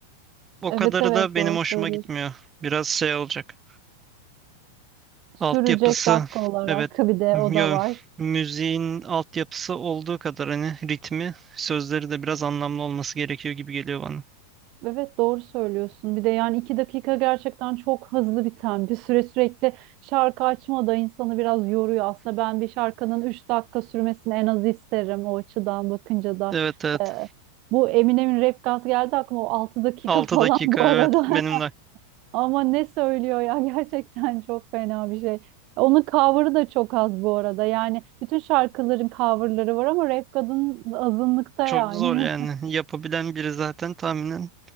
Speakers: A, on the right (about 20°); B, on the right (about 40°).
A: O
B: Evet
A: kadarı
B: evet
A: da benim
B: doğru
A: hoşuma
B: söylüyorsun.
A: gitmiyor. Biraz şey olacak.
B: Sürecek
A: Altyapısı
B: dakika olarak
A: evet
B: bir de
A: yo,
B: o da var.
A: müziğin altyapısı olduğu kadar hani ritmi sözleri de biraz anlamlı olması gerekiyor gibi geliyor bana.
B: Evet doğru söylüyorsun. Bir de yani iki dakika gerçekten çok hızlı biten bir süre sürekli şarkı açma da insanı biraz yoruyor. Aslında ben bir şarkının üç dakika sürmesini en az isterim o açıdan bakınca da.
A: Evet evet
B: Ee, bu Eminem'in rap God geldi aklıma o altı dakika
A: altı
B: <laughs> falan
A: dakika
B: bu
A: evet
B: arada. <laughs>
A: benim de
B: Ama ne söylüyor ya <laughs> gerçekten çok fena bir şey. Onun cover'ı da çok az bu arada. Yani bütün şarkıların cover'ları var ama Rap God'un azınlıkta
A: çok
B: yani.
A: zor yani
B: <laughs>
A: yapabilen biri zaten tahminen